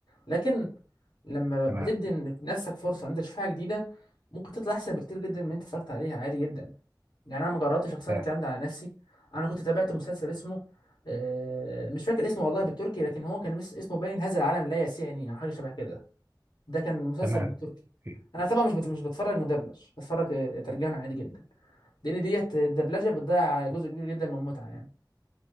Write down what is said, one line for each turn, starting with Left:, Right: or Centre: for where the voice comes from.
Left: لكن لما
Right: تمام
Left: بتدي لنفسك فرصه ان انت تشوف حاجه جديده ممكن تطلع احسن بكتير جدا من اللي انت اتفرجت عليها عادي جدا يعني انا ما جربتش شخصيا
Right: فاهم.
Left: الكلام ده على نفسي انا كنت تابعت مسلسل اسمه آه، مش فاكر اسمه والله بالتركي لكن هو كان مس- اسمه باين هذا العالم لا يسعني او حاجه شبه كده ده كان مسلسل
Right: تمام
Left: بالتركي
Right: أوكي.
Left: انا طبعا مش بت... مش بتفرج مدبلج بتفرج آه، ترجمه عادي جدا لان ديت الدبلجه بتضيع جزء كبير جدا من المتعه يعني